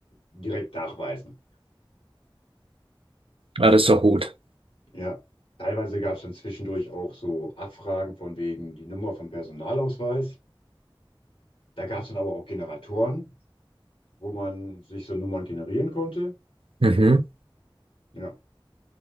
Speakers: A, on the left; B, on the right.
A: direkt nachweisen.
B: Ah, das ist doch gut.
A: Ja, teilweise gab es dann zwischendurch auch so Abfragen von wegen die Nummer vom Personalausweis. Da gab es dann aber auch Generatoren, wo man sich so Nummern generieren konnte.
B: Mhm.
A: Ja,